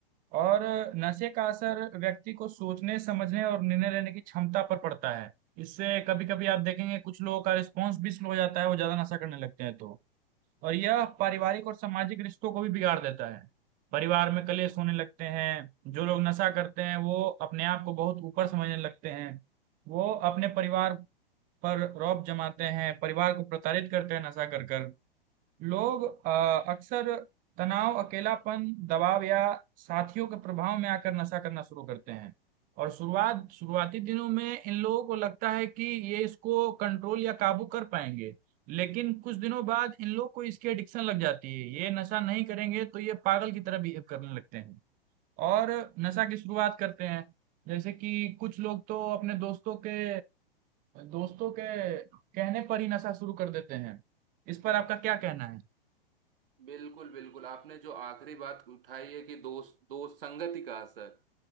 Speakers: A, on the right; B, on the right.
A: और नशे का असर व्यक्ति को सोचने समझने और निर्णय लेने की क्षमता पर पड़ता है इससे कभी कभी आप देखेंगे कुछ लोगों का रिस्पॉन्स भी स्लो हो जाता है वो ज्यादा नशा करने लगते हैं तो और यह पारिवारिक और सामाजिक रिश्तों को भी बिगाड़ देता है परिवार में कलेश होने लगते हैं जो लोग नशा करते हैं वो अपने आप को बहुत ऊपर समझने लगते हैं वो अपने परिवार पर रौब जमाते हैं परिवार को प्रताड़ित करते हैं नशा कर कर लोग अ, अक्सर तनाव अकेलापन दबाव या साथियों के प्रभाव में आकर नशा करना शुरू करते हैं और शुरुआत शुरुआती दिनों में इन लोगों को लगता है कि ये इसको कंट्रोल या काबू कर पाएंगे लेकिन कुछ दिनों बाद इन लोग को इसकी एडिक्शन लग जाती है ये नशा नहीं करेंगे तो ये पागल की तरह बिहेव करने लगते हैं और नशा की शुरुआत करते हैं जैसे कि कुछ लोग तो अपने दोस्तों के दोस्तों के कहने पर ही नशा शुरू कर देते हैं इस पर आपका क्या कहना है
B: बिल्कुल बिल्कुल आपने जो आखिरी बात उठाई है कि दोस्त दोस्त संगति का असर